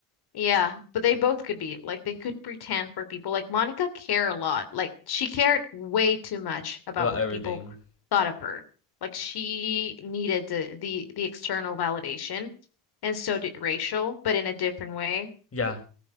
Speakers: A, on the left (about 50°); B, on the left (about 30°).
A: Yeah, but they both could be like they could pretend for people. Like Monica cared a lot. Like she cared way too much about
B: about
A: what
B: everything.
A: people thought of her. Like she needed the the, the external validation, and so did Rachel, but in a different way.
B: Yeah,